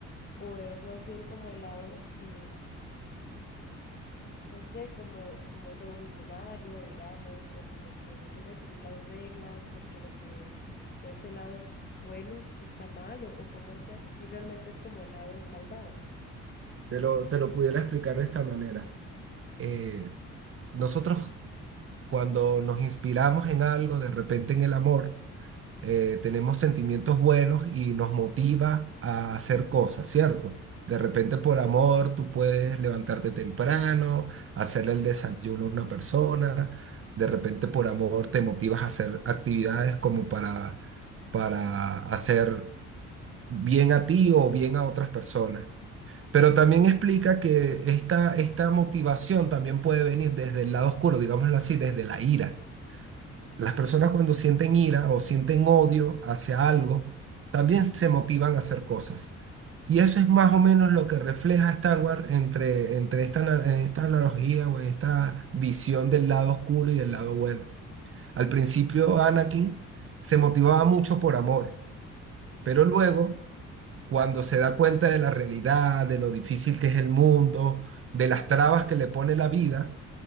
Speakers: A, on the left; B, on the right.
A: o es más bien como el lado que no sé, como, como revolucionario, digamos, o como que no quieren seguir las reglas porque lo que es el lado bueno está mal, o, o cómo es eso, si realmente es como el lado malvado.
B: Te lo, te lo pudiera explicar de esta manera. Eh, nosotros cuando nos inspiramos en algo, de repente en el amor, eh, tenemos sentimientos buenos y nos motiva a hacer cosas, ¿cierto? De repente por amor tú puedes levantarte temprano, hacerle el desayuno a una persona, de repente por amor te motivas a hacer actividades como para, para hacer bien a ti o bien a otras personas. Pero también explica que esta, esta motivación también puede venir desde el lado oscuro, digámoslo así, desde la ira. Las personas cuando sienten ira o sienten odio hacia algo, también se motivan a hacer cosas. Y eso es más o menos lo que refleja Star Wars entre, entre esta, ana- en esta analogía o en esta visión del lado oscuro y del lado bueno. Al principio Anakin se motivaba mucho por amor, pero luego, cuando se da cuenta de la realidad, de lo difícil que es el mundo, de las trabas que le pone la vida,